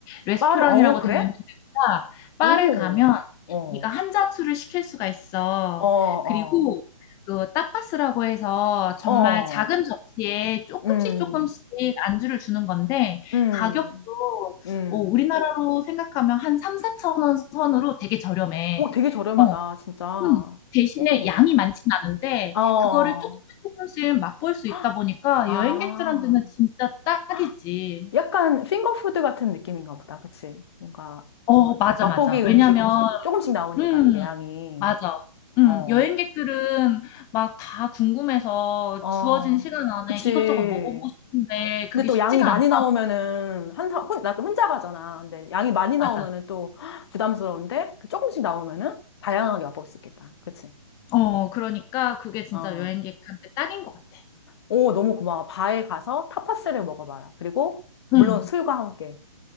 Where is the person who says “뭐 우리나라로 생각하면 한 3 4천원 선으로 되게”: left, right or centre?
Left